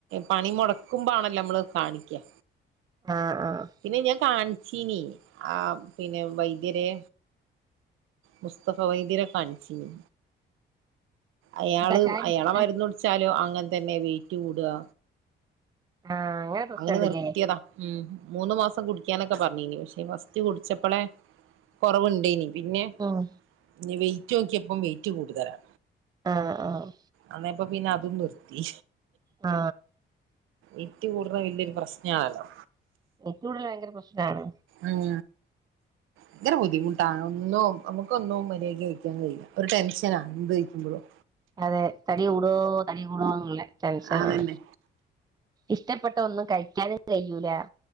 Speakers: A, on the right; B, on the right.
A: പണി മൊടക്കുമ്പ ആണല്ലോ നമ്മള് കാണിക്കാ
B: ആഹ് ആഹ്
A: പിന്നെ ഞാൻ കാണിച് തിനി ആ പിന്നെ വൈദ്യരെ മുസ്തഫ വൈദ്യരെ കാണിച്ചീനി അയാള്
B: കഷായം
A: അയാളെ
B: കുടിച്ച്
A: മരുന്ന്ടിച്ചാലോ ആ അങ്ങൻ തന്നെ വെയിറ്റ് കൂടുക
B: ആഹ് പ്രശ്നണ്ട്ല്ലേ
A: അങ്ങനെ നിർത്തിയതാ ഉം മൂന്ന് മാസം കുടി ക്കാനൊക്കെ പറഞ്ഞീനി പക്ഷേ ഫസ്റ്റ് കുടിച്ചപ്പോളേ കൊറവുണ്ടേയ്നി പിന്നെ
B: ഉം
A: നിവെയ് റ്റോക്കിയപ്പം വെയിറ്റ് കൂടുതലാ
B: ആഹ് ആഹ്
A: അതെ ഇപ്പൊ പിന്നതും നിർത്തി
B: ആ
A: എൻക്ക്‌ റ്റ് കൂടണ വല്യോരു പ്രശ്നാണല്ലോ
B: എനിക്കിവിടെ ഭയങ്കര പ്രശ്നാണ്
A: ഉം യങ്കര ബുദ്ധിമുട്ടാണ് ഒന്നും നമുക്ക് ഒന്നും മര്യാദക്ക് കഴിക്കാൻ കഴിയില്ല ഒരു ടെൻഷനാ എന്ത് കഴിക്കുമ്പോഴും
B: അതെ തടി കൂടോ തടി കൂടോ ന്നുള്ള ടെൻഷനാണ്
A: അതന്നെ
B: ഇഷ്ടപ്പെട്ട ഒന്നും കഴി ക്കാനും കഴിയൂല